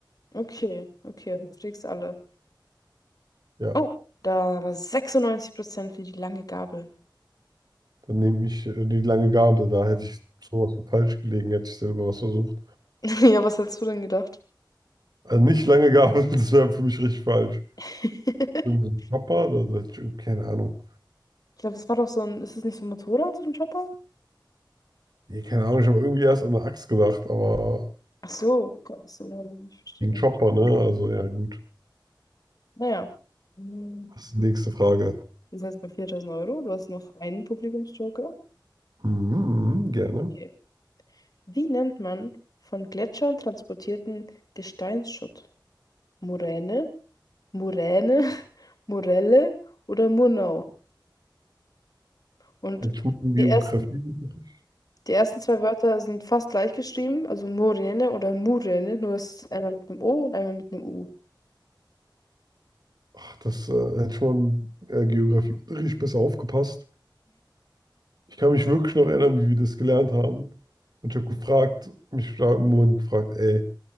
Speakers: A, on the left; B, on the right.
A: Okay, okay, du kriegst alle.
B: Ja,
A: Oh, da war 96% für die lange Gabel.
B: dann nehme ich äh, die lange Gabel, da hätte ich sowas von falsch gelegen, hätte ich selber was versucht.
A: <laughs> Ja, was hättest du denn gedacht?
B: Also nicht lange Gabel, <laughs> das wäre für mich richtig falsch.
A: <laughs>
B: Wenn so ein Chopper, da da hätte ich, irgendwie- keine Ahnung.
A: Ich glaube, das war doch so ein. Ist es nicht so ein Motorrad, so ein Chopper?
B: Nee, keine Ahnung, ich habe irgendwie erst an eine Axt gedacht, aber
A: Ach so, Gott, das ist ja leider nicht verstehen.
B: gegen Chopper, ne? Also ja, gut.
A: Naja. Hm,
B: Was? ist die Nächste Frage.
A: Wir sind jetzt bei 4000 Euro. Du hast noch einen Publikumsjoker.
B: Mhm, gerne.
A: Okay. Wie nennt man von Gletschern transportierten Gesteinsschutt? Moräne, Moräne, <laughs> Morelle oder Murnau? Und
B: Hätte ich mal im Geografieunterricht,
A: die ersten Die ersten zwei Wörter sind fast gleich geschrieben, also Morene oder Murene, nur es ist einmal mit einem O und einmal mit einem U.
B: ach, das äh, hätte ich mal im äh, Geografieunterricht besser aufgepasst. Ich kann mich wirklich noch erinnern, wie wir das gelernt haben. Und ich habe gefragt, mich da im Moment gefragt, ey,